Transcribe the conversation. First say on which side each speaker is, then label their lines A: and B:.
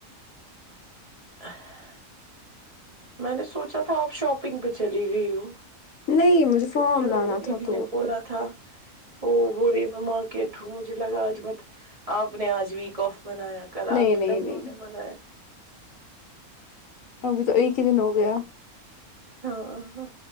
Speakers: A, on the right; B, on the left.
A: <unintelligible> میں نے سوچا تھا آپ شاپنگ پہ چلی گئی ہو
B: نہیں
A: کیک
B: مجھے فارم لانا
A: روب د
B: تھا
A: جی
B: تو
A: نے بولا تھا وہ بے <unintelligible> میں مارکٹ مجھے لگا آج مت آپ نے آج ویک افف بنایا کل
B: نہیں
A: آپ کی
B: نہیں
A: بہنوں
B: نہیں
A: نے بنایا
B: ابھی تو ایک ہی دن ہو گیا
A: ہاں ہاں